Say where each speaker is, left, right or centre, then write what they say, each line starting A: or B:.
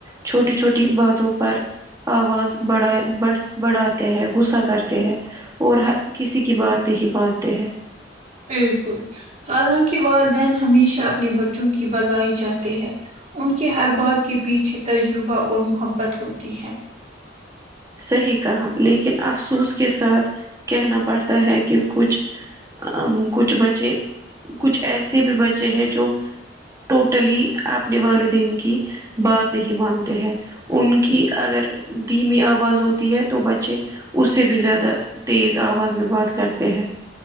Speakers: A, on the right (about 20°); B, on the right (about 40°).
A: چھوٹی چھوٹی باتوں پر آواز بڑ بڑ بڈھاتے ہیں غصہ کرتے ہیں اور ہر کسی کی بات نہیں مانتے ہیں
B: بالکل حالانکہ والدین ہمیشہ اپنے بچوں کی بھلائی چاہتے ہیں ان کے ہر بات کے پیچھے تجربہ اور محبت ہوتی ہے
A: صحیح کہا لیکن افسوس کے ساتھ کہنا پڑتا ہے کہ کچھ ام کچھ بچے کچھ ایسے بھی بچے ہیں جو ٹوٹلی آپنے والدین کی بات نہیں مانتے ہیں ان کی اگر دھیمی آواز ہوتی ہے تو بچے اس سے بھی زیادہ تیز آواز میں بات کرتے ہیں